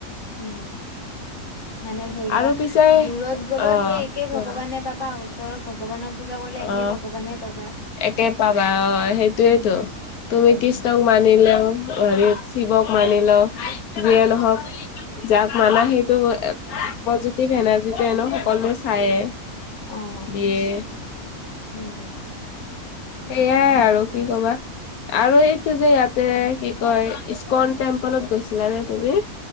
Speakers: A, on the left (about 15°); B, on the left (about 80°).
A: উম। মানে ধৰি
B: আৰু
A: লোৱা
B: পিছে
A: দূৰত গ'লেও
B: অ
A: সেই একে
B: কোৱা
A: ভগৱানে পাবা ওচৰৰ ভগৱানৰ। পূজা কৰিলে একে
B: অ
A: ভগৱানে পাবা।
B: একে পাবা অ, সেইটোৱেতো
A: উম
B: তুমি
A: উম,
B: কৃষ্ণক মানিলেও। হেৰি শিৱক মানি লও যিয়ে নহওক যাক মানা সেইটো। পজিটিভ এনাৰ্জি নো সকলোৱে চায়
A: অ'
B: দিয়ে।
A: উম।
B: সেইয়াই
A: এনেকুৱা
B: আৰু কি কবা আৰু এইটো যে ইয়াতে কি। কয় ই্কন টেম্পলত গৈছিলানে তুমি।